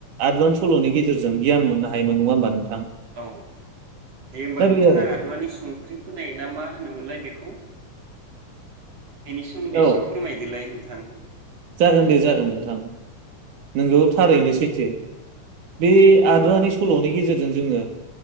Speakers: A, on the right (about 80°); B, on the right (about 50°).
A: आदुवानि सल'नि गेजेरजों गियान मोननो होमोन नङा होमबा नोंथां
B: औ। दे होमबा
A: दा
B: नोंथाङा
A: बे आरो
B: आदुवानि संख्रि फोनाय ना मा होनोमोनलाय बेखौ बेनि सोमोन्दै
A: औ
B: एसे फोरमायदोलाय नोंथां।
A: जागोन दे जागोन नोंथां। नोंगौ थारैनो सैथो। बे आदुवानि सलनि गेजेरजों जोङो